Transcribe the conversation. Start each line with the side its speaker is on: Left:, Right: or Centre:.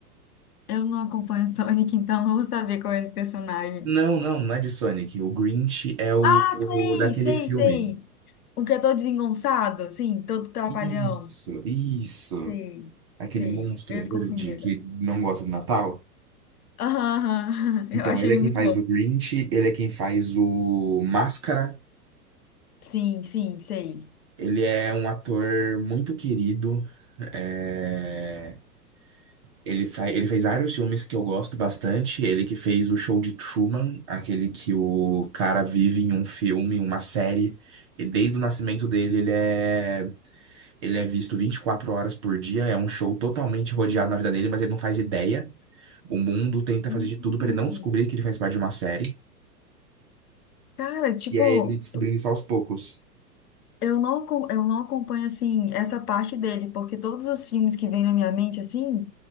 Left: eu não acompanho <laughs> Sonic, então não vou saber qual é esse personagem.
Right: Não, não, não é de Sonic. O Grinch é o,
Left: Ah,
Right: o
Left: sei,
Right: daquele
Left: sei,
Right: filme.
Left: sei. O que é todo desengonçado, sim, todo trapalhão.
Right: Isso, isso.
Left: Sei,
Right: Aquele
Left: sei.
Right: monstro
Left: Eu
Right: verde
Left: me confundi agora.
Right: que não gosta do Natal.
Left: Aham, aham.
Right: Então,
Left: <laughs> Eu acho
Right: ele
Left: ele
Right: é quem
Left: muito
Right: faz
Left: bom.
Right: o Grinch, ele é quem faz o Máscara,
Left: Sim, sim, sei.
Right: ele é um ator muito querido. é, Ele, fa- ele fez vários filmes que eu gosto bastante. Ele que fez o show de Truman, aquele que o cara vive em um filme, uma série. E desde o nascimento dele, ele é, ele é visto 24 horas por dia. É um show totalmente rodeado na vida dele, mas ele não faz ideia. O mundo tenta
Left: Hum.
Right: fazer de tudo para ele não descobrir que ele faz parte de uma série.
Left: Cara, tipo,
Right: E é ele descobrindo isso aos poucos.
Left: Eu não, acom- eu não acompanho, assim, essa parte dele, porque todos os filmes que vêm na minha mente, assim,